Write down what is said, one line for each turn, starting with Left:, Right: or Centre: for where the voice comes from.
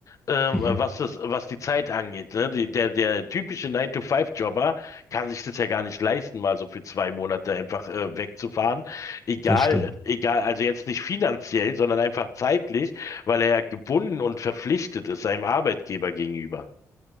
Left: ähm,
Centre: mhm,
Left: was das, was die Zeit angeht. Ne? Die, der, der typische Nine to Five jobber kann sich das ja gar nicht leisten, mal so für zwei Monate einfach äh, wegzufahren. Egal,
Centre: das stimmt.
Left: egal, also jetzt nicht finanziell, sondern einfach zeitlich, weil er ja gebunden und verpflichtet ist seinem Arbeitgeber gegenüber.